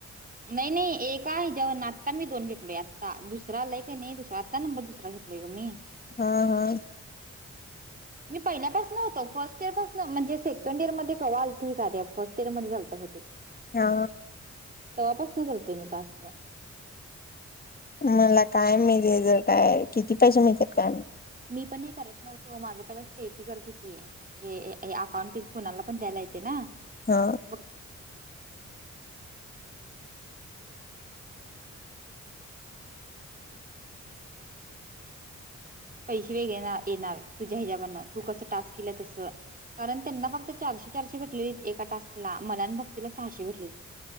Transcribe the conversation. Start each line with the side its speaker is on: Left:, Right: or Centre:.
Right: नाय नाय एका हेच त्यावरून आत्ता मी दोन घेतलोय आत्ता दुसरा आलाय का नाही आत्ता नंबर दुसरा घेतलोय मी
Left: हा हा
Right: पहिल्या पाासन होतं फर्स्ट इयर पासन म्हणजे सेकंड इयर मध्ये कवा आलत हे कार्य फर्स्ट इयर मध्ये झालतं बहुतेक
Left: हा
Right: तवा पासून करतोय मी टास्क.
Left: मला काय मिजे जर काय किती पैसे मिळतात काय माहित.
Right: मी पण हे करत नव्हतो माझं पहिला स्टेफी करत होती म्हणजे हे अकाउंट स्टिच कोणालाही पण द्यायला येते ना.
Left: हा
Right: <inaudible> <unintelligible> पैसे वेग येणार तुझ्या हिजाबानन तू कसं टास्क केलं तसं कारण त्यांना फक्त चारशे चारशे भेटलेली एका टास्कला मला न भक्तीला सहाशे भेटलेली.